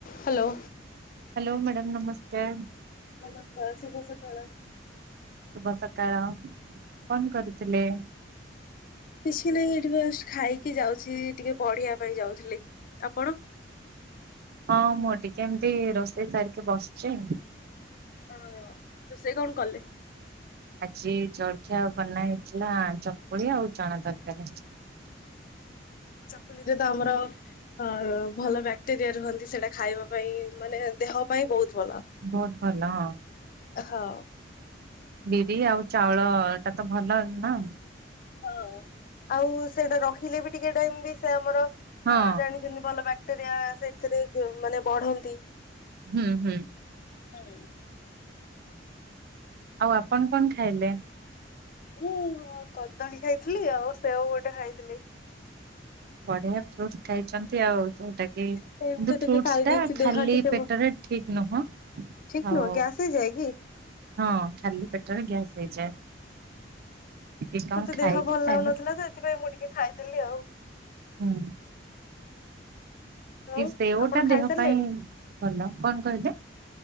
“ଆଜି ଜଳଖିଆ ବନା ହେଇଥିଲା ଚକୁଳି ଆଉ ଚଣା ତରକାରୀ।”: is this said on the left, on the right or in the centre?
Right